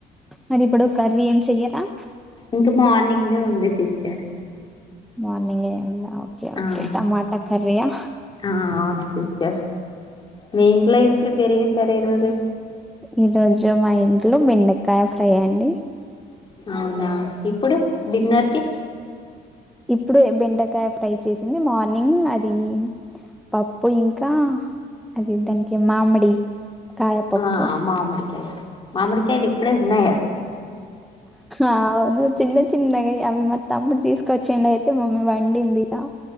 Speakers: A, in the centre; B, on the left.
A: మరి ఇప్పుడు కర్రీ ఏం చెయ్యరా
B: ఇంక మార్నింగ్దే ఉంది సిస్టర్.
A: మార్నింగ్ ఏం ఉందా ఓకే ఓకే
B: ఆ
A: టమాటా కర్రి యా
B: ఆ అవును సిస్టర్ మి ఇంట్లో ఎం ప్రిపేర్ చేస్ సరు ఈరోజు
A: ఈరోజు మా ఇం ట్లో బెండకాయ ఫ్రై అండి.
B: అవునా ఇప్పుడు డిన్నర్ కి
A: ఇప్పుడు బెండకాయ ఫ్రై చేసింది. మార్నింగ్ అది పప్పు ఇంకా అది దానికి మామిడి కాయ పప్పు
B: ఆ మామిడికాయ మామిడికాయలు ఇప్పుడే ఉన్నాయ
A: అవును చిన్న చిన్నగా అవి మా తమ్ముడు తీసుకొచ్చిండు అయితే మమ్మీ వండింది ఇక